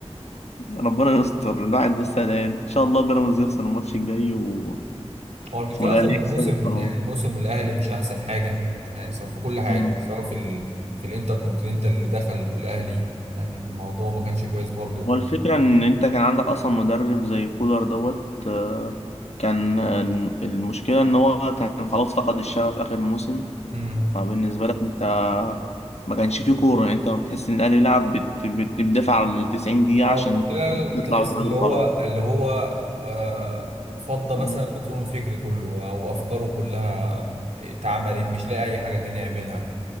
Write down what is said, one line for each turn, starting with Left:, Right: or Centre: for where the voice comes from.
Left: ربنا يستر الواحد بس قلقان ان شاء الله بيراميدز يخسر الماتش الجاي و...
Right: هو المشكلة
Left: والاهلي
Right: أصلا الموسم
Left: يكسب اهو
Right: يعني الموسم الأهلي مش أحسن حاجة يعني سواء في كل حاجة
Left: أمم.
Right: سواء في ال... في الإنتر كونتيننتال اللي دخل والأهلي يعني الموضوع ما كانش كويس برضه
Left: هو الفكرة ان انت كان عندك اصلا مدرب زي كولر دوت آه، كان آه، المشكلة ان هو كان خلاص فقد الشغف اخر موسم
Right: امم
Left: فبالنسبة لك انت ما كانش فيه كورة يعني انت بتحس ان الاهلي لعب بت... بت- بتدافع على ال 90 دقيقة
Right: هو
Left: عشان
Right: المشكلة
Left: تطلع
Right: تحس
Left: وتعادل
Right: اللي
Left: وخلاص
Right: هو اللي هو آه فضى
Left: مم.
Right: مثلا مخزون فكري كله أو أفكاره كلها اتعملت مش لاقي أي حاجة تانية يعملها